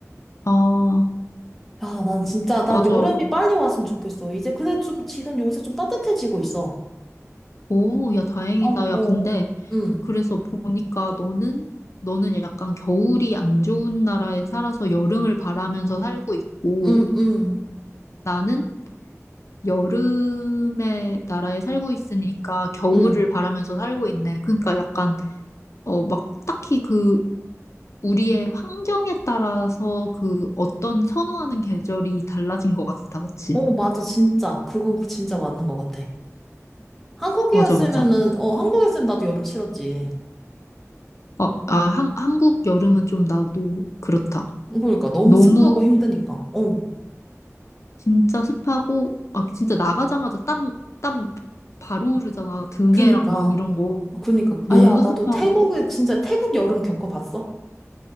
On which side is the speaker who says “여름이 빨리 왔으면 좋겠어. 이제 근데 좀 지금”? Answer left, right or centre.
Centre